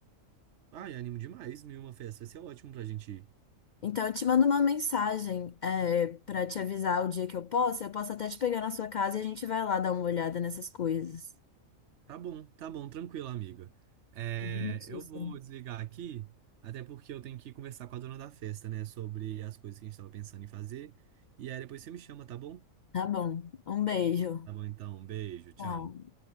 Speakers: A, on the right; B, on the left.
A: Ai, animo demais, mil e uma festa. Vai ser ótimo pra gente ir.
B: Então eu te mando uma mensagem é, para te avisar o dia que eu posso. Eu posso até te pegar na sua casa e a gente vai lá dar uma olhada nessas coisas.
A: Tá bom, tá bom, tranquilo, amiga. É,
B: boa Notícia.
A: eu vou desligar aqui, até porque eu tenho que conversar com a dona da festa, né, sobre as coisas que a gente tava pensando em fazer. E aí depois você me chama, tá bom?
B: Tá bom. Um beijo.
A: Tá bom, então, beijo, tchau.
B: Tchau.